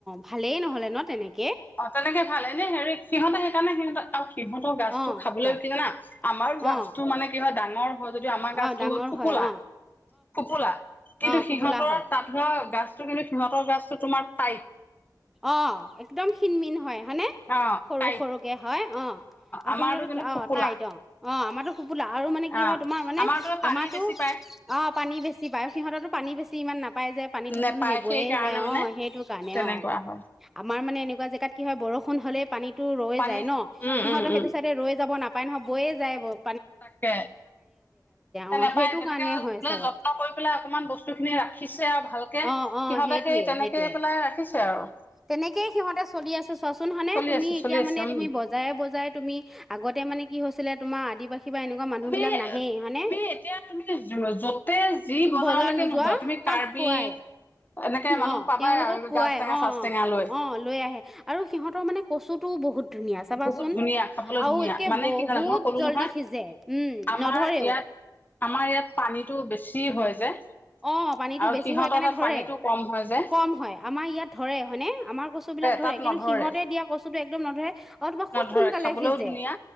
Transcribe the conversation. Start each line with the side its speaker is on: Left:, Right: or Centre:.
Centre: ভালেই নহলে ন তেনেক।
Left: অ তেনেকে ভাল এনে হেৰি সিহঁতেহে। সেইকাৰণে সিহঁতে আৰু। সিহঁতৰ গাছটো
Centre: অ
Left: খাবলৈ
Centre: কোৱা
Left: কি জানা, আমাৰ
Centre: অ
Left: গাছটো মানে কি হয় ডা মৰম অ যদিও আমাৰ গাছটো
Centre: অ ডাঙৰ
Left: ফোপোলা
Centre: হয় অ
Left: ফোপোলা কিন্তু
Centre: অ ফোপোলা
Left: সিহঁতৰ
Centre: হয়
Left: তাপৰ গাছটো কিন্তু সিহতৰ গাছ <unintelligible> স তোমাক তাই
Centre: অ, একদম খিণমিন হয়। হয়নে
Left: অ
Centre: সৰু
Left: টাইট
Centre: সৰুকে হয় অ অ
Left: আমাৰতো
Centre: সিহঁতৰটো
Left: কিন্তু
Centre: অ
Left: ফোপোলা
Centre: টাইট অ অ আমাৰটো ফোপোলা আৰু মানে কি
Left: অ
Centre: হয় তোমাৰ মানে
Left: আমাৰতো পানী
Centre: আমাৰটো
Left: বেছি পায়
Centre: অ পানী বেছি পায়। সিহঁতৰটো পানী বেছি ইমান নাপ পাই যে পানীটো
Left: নেপায়
Centre: তোন সেই বৈয়ে
Left: সেইকাৰণে
Centre: যায়
Left: মানে
Centre: অ, সেইটো কাৰণে
Left: তেনেকুৱা
Centre: অ
Left: হয়
Centre: আমাৰ মানে কিবা জেগাত কি হয় বৰষুণ হলে পানীটো ৰৈ
Left: পানী
Centre: যায় ন,
Left: উম
Centre: সিহঁতৰ
Left: উম
Centre: সেইটো
Left: উম
Centre: চাইডে ৰৈ যাব নাপ উপায় নহয় বৈয়ে যায় বব
Left: তাকে।
Centre: অ
Left: নেপায়,
Centre: সেইটো
Left: তেনেকে
Centre: কাৰণে হয়
Left: জে
Centre: চাগৈ
Left: যত্ন কৰি পেলাই অকমান বস্তু খিনি ৰাখিছে আৰু ভালকে,
Centre: অ অ
Left: সিহঁতে
Centre: সেইটোৱে
Left: সেই তেনেকে
Centre: সেইটোৱে
Left: পেলাই ৰাখিছে আৰু।
Centre: তেনেকেই সিহঁতে চলি আছে চোৱাচোন হয়নে?
Left: চলি
Centre: তুমি
Left: আছে
Centre: এতিয়া
Left: চলি আছে
Centre: মানে
Left: উম
Centre: তুমি বজাৰে বজাৰে তুমি আগতে মানে কি হয় হৈছিলে তোমাৰ আদিবাসী বা এনেকুৱা মানুহ
Left: তুমি
Centre: বিলাক
Left: এ
Centre: নাহেই হয়নে
Left: তুমি এতিয়া তুমি য যতে যি বজাৰলৈকে
Centre: বজাৰ
Left: নোযোৱা তুমি
Centre: তাত
Left: কাৰ্বি
Centre: পোৱাই
Left: এনেকে মানুহ
Centre: অ
Left: পাবাই
Centre: তেওঁলোকক
Left: আৰু
Centre: পোৱাই
Left: গাছ টেঙা
Centre: অ
Left: চাচ
Centre: অ
Left: টেঙা
Centre: অ
Left: লৈ
Centre: লৈ আহে। আৰু সিহঁতৰ মানে কচুটোও বহুত ধুনীয়া চাবাচোন
Left: বহুত ধুনীয়া, খাবলৈ
Centre: আৰু
Left: ধুনীয়া,
Centre: একে
Left: মানে
Centre: বহুত
Left: কি যানা মই ক'লো
Centre: জল্দি
Left: নহয়
Centre: সিজে উম
Left: আমাৰ
Centre: নধৰেও
Left: ইয়াত আমাৰ ইয়াত পানীটো বেছি হয়। যে
Centre: অ পানীটো
Left: আৰু
Centre: বেছি
Left: সিহঁতৰ
Centre: হয় কাৰণে
Left: তাত
Centre: ধৰে।
Left: পানীটো কম হয় যে
Centre: কম হয় আমাৰ ইয়াত ধৰে, হয়নে আমাৰ কচু বিলাক ধৰে,
Left: তাত
Centre: কিন্তু
Left: নধৰে
Centre: সিহতে দিয়া কচু টো তো একদম নধৰে। আৰু তোমাৰ খুব
Left: নধৰে
Centre: সোনকালে
Left: খাবলৈও
Centre: সিজে
Left: ধুনীয়া,